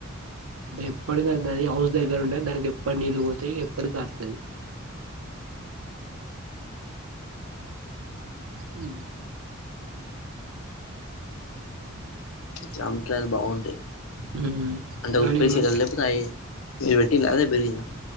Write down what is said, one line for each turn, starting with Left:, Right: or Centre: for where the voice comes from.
Right: ంటే ఎప్పటికి అది హౌస్ దగ్గర ఉంటది దానికి ఎప్పుడికి నీళ్ళు పోతాయి ఎప్పటికి కత్తది మ్
Left: జామకాయలు బాగుంటాయి
Right: ఉమ్,
Left: అంటే
Right: దాని
Left: ఉప్పేసిల్ల
Right: మన్-
Left: లేపోతే అయి మీరు పెట్టిల్ల అదే పెరిగిందా